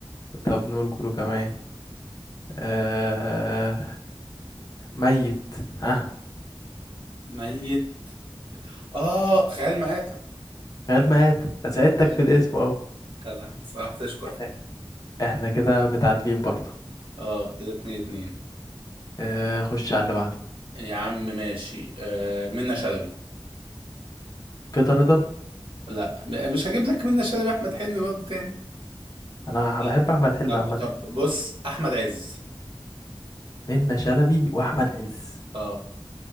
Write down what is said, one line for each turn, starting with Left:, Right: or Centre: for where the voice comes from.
Left: طب نقول كله كمان آه... ميت ها
Right: ميت اه خيال مآتة
Left: غير ميت أنا
Right: خيال
Left: ساعدتك
Right: مآتة
Left: في الاسم اهو
Right: كده صح تشكر
Left: احنا احنا كده متعادلين برضو
Right: اه كده اتنين اتنين
Left: آه... خش على اللي بعده
Right: يا عم ماشي آه منة شلبي
Left: كده رضا
Right: لا م- مش هجيب لك منة شلبي احمد حلمي برضه تاني
Left: انا
Right: <laughs>
Left: بحب احمد حلمي
Right: طب
Left: عامه
Right: طب بص احمد عز
Left: منة شلبي واحمد عز
Right: اه